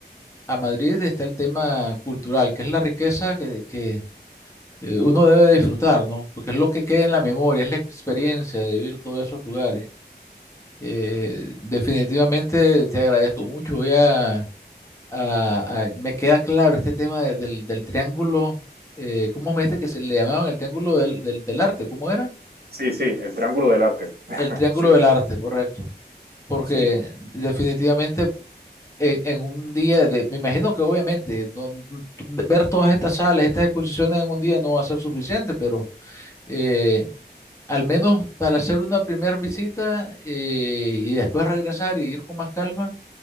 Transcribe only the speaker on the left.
a Madrid está el tema cultural, que es la riqueza que, que, eh, uno debe disfrutar, ¿no? Porque es lo que queda en la memoria, es la experiencia de vivir todos esos lugares. Eh, definitivamente te agradezco mucho. Voy a Ah, ah, me queda claro este tema de- del, del triángulo, eh, ¿cómo me dijiste que se le llamaban el triángulo del, del, del arte? ¿Cómo era?
El triángulo
del arte, correcto. Porque
definitivamente en, en un día, de, me imagino que obviamente no, no- ver todas estas salas, estas exposiciones en un día no va a ser suficiente, pero eh, al menos para hacer una primera visita eh, y después regresar y ir con más calma